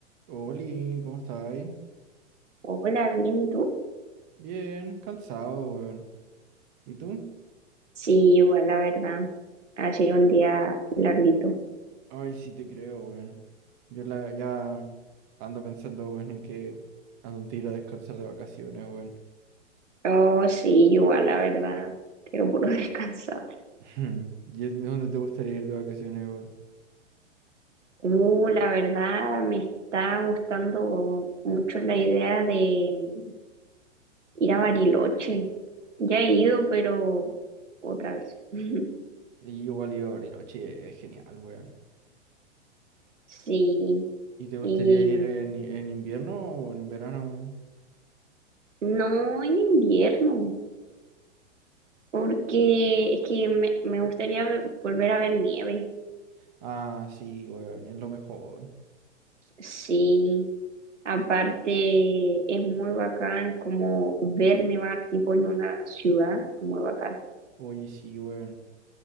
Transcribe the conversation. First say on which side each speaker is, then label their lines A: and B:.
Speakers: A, on the right (about 40°); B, on the right (about 75°).
A: Oli, ¿cómo estáis?
B: Hola, bien, ¿y tú?
A: Bien, cansado, weón. ¿Y tú?
B: Sí, igual, la verdad. Ha sido un día larguito.
A: Ay, sí te creo, weón. Yo la, ya ando pensando, weón, en que a dónde ir a descansar de vacaciones, weón.
B: Oh, sí, igual, la verdad. Quiero puro <laughs> descansar.
A: <laughs> ¿Y es- dónde te gustaría ir de vacaciones, weón?
B: Uh, la verdad, me está gustando mucho la idea de mm, ir a Bariloche. Ya he ido, pero otra vez. <laughs>
A: Y igual iba a Bariloche, es genial, weón.
B: Sí,
A: ¿Y te gustaría
B: y
A: ir
B: mm,
A: en, en invierno o en verano?
B: no en invierno, porque es que me, me gustaría ve- volver a ver nieve.
A: Ah, sí, weón, es lo mejor.
B: Sí. Aparte, es muy bacán como ver nevar tipo en una ciudad, muy bacán.
A: Oye, sí, weón.